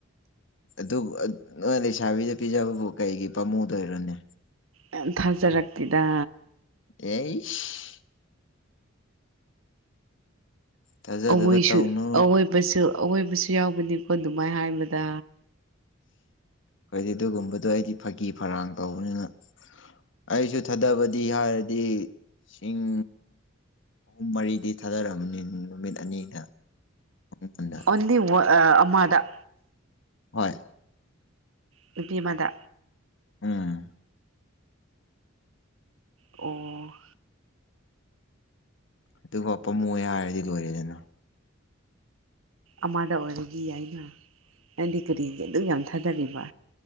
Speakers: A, on the left (about 60°); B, on the right (about 80°).
A: ꯑꯗꯨ ꯑ ꯅꯣꯏ ꯂꯩꯁꯥꯕꯤꯗ ꯄꯤꯖꯕꯕꯨ ꯀꯩꯒꯤ ꯄꯥꯃꯨꯗꯣꯏꯔꯅꯦ
B: ꯌꯥꯝ ꯊꯥꯖꯔꯛꯇꯦꯗ
A: ꯑꯦꯁ ꯊꯥꯖꯗꯕ
B: ꯑꯋꯣꯏꯁꯨ
A: ꯇꯧꯅꯨ
B: ꯑꯋꯣꯏꯕꯁꯨ ꯑꯋꯣꯏꯕꯁꯨ ꯌꯥꯎꯕꯅꯤꯀꯣ ꯑꯗꯨꯃꯥꯏ ꯍꯥꯏꯕꯗ
A: ꯈꯣꯏꯗꯤ ꯑꯗꯨꯒꯨꯝꯕꯗꯨ ꯑꯩꯗꯤ ꯐꯒꯤ ꯐꯔꯥꯡ ꯇꯧꯕꯅꯤꯅ ꯑꯩꯁꯨ ꯊꯥꯗꯕꯗꯤ ꯍꯥꯏꯔꯗꯤ ꯁꯤꯡ ꯑꯍꯨꯝ ꯃꯔꯤꯗꯤ ꯊꯥꯗꯔꯃꯅꯤ ꯅꯨꯃꯤꯠ ꯑꯅꯤꯗ ꯃꯉꯣꯟꯗ
B: <unintelligible> ꯑꯃꯗ
A: ꯍꯣꯏ
B: ꯅꯨꯄꯤ ꯑꯃꯗ
A: ꯎꯝ
B: ꯑꯣ
A: ꯑꯗꯨꯐꯥꯎ ꯄꯥꯝꯃꯨꯑꯦ ꯍꯥꯏꯔꯗꯤ ꯂꯣꯏꯔꯦꯗꯅ
B: ꯑꯃꯗ ꯑꯣꯏꯔꯗꯤ ꯌꯥꯏꯅ ꯅꯪꯗꯤ ꯀꯔꯤꯒꯤ ꯑꯗꯨꯛ ꯌꯥꯝ ꯊꯥꯗꯔꯤꯕ